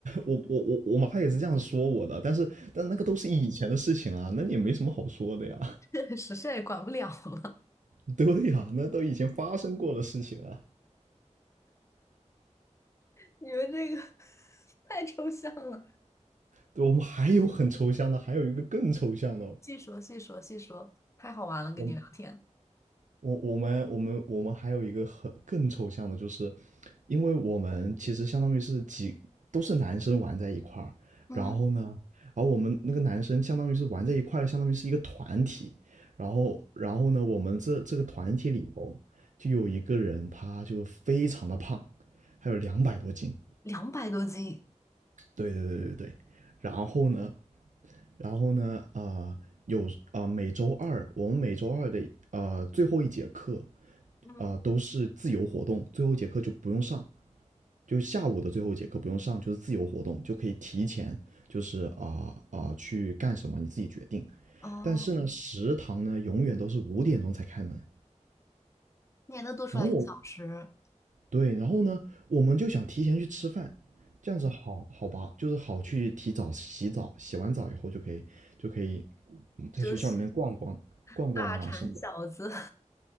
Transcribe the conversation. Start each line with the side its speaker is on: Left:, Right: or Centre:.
Right: 我我我我妈也是这样说我的，但是但那个都是以前的事情啊，那也没什么好说的呀。
Left: 确实，现在也管不了了，
Right: <laughs> 对呀，那都以前发生过的事情啊。
Left: 你们这个 <laughs> 太抽象了。
Right: 对，我们还有很抽象的，还有一个更抽象的，
Left: 细说细说细说，太好玩了，跟你聊天。
Right: 我我我们我们我们还有一个很更抽象的，就是因为我们其实相当于是几都是男生玩在一块儿，
Left: 嗯
Right: 然后呢，然后我们那个男生相当于是玩在一块儿的，相当于是一个团体，然后然后呢，我们这这个团体里头就有一个人他就非常的胖，还有两百多斤，
Left: 两百多斤
Right: 对对对对对，然后呢，然后呢，啊、呃有啊、呃每周二我们每周二的啊、呃最后一节课
Left: 嗯，
Right: 啊、呃都是自由活动，最后一节课就不用上，就下午的最后一节课不用上，就是自由活动，就可以提前就是啊啊、呃呃去干什么你自己决定。
Left: 哦，
Right: 但是呢，食堂呢永远都是五点钟才开门，
Left: 你还能多出来一个小时。
Right: 然后我对，然后呢，我们就想提前去吃饭，这样子好好吧，就是好去提早洗澡，洗完澡以后就可以就可以嗯在学校里面逛逛逛逛啊什么的。
Left: 休息大馋小子，